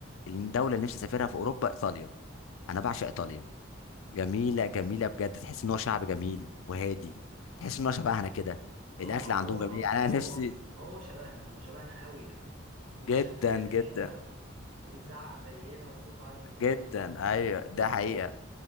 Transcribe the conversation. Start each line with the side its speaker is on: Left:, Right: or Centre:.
Left: الدوله اللي نفسي اسافرها في اوروبا ايطاليا انا بعشق ايطاليا جميله جميله بجد تحس ان هو شعب جميل وهادي تحس ان هو شبهنا كده
Right: ما
Left: الاكل
Right: هو هو
Left: عندهم جميل يعني
Right: هو
Left: انا نفسي
Right: بص هو شبهنا هو شبهنا قوي يعني وشقى
Left: جدا
Right: زينا
Left: جدا
Right: و... وبيزعق زينا وصوته عالي زينا
Left: جدا
Right: وكل
Left: ايوه ده
Right: حاجة
Left: حقيقه